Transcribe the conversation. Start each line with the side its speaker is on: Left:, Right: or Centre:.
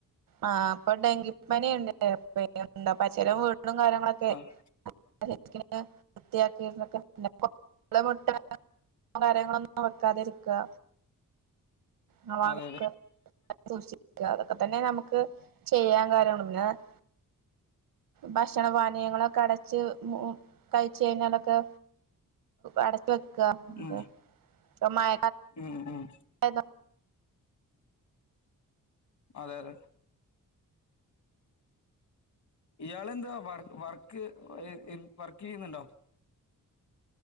Right: ആ അപ്പൊ ഡെങ്കിപ്പനിയ്ണ്ട് അല്ലേ പച്ചരം വീട വീടും കാര്യങ്ങളൊക്കെ
Left: അതെ
Right: <unintelligible> കാര്യങ്ങളൊക്കെ വൃത്തിയാക്കി <unintelligible> മുട്ട കാര്യങ്ങളൊന്നും വെക്കാതിരിക്കുക ആ അതൊക്കെ
Left: അതെ
Right: സൂക്ഷിക്ക അതൊക്കെ തന്നെ നമു ക്ക്‌ ചെയ്യാൻ <unintelligible> ഭക്ഷണപാനീയങ്ങളൊക്കെ അടച്ച് ഉം കഴിച്ച് കഴിഞ്ഞാലൊക് ക്കെ അടച്ച് വെ ക്കാ
Left: ഉം
Right: ഇപ്പം മഴ
Left: ഉം ഉം
Right: യതോ
Left: അതെ അതെ ഇയാളെന്താ വർ വർക്ക് എ വർക്ക് ചെയ്യുന്നുണ്ടോ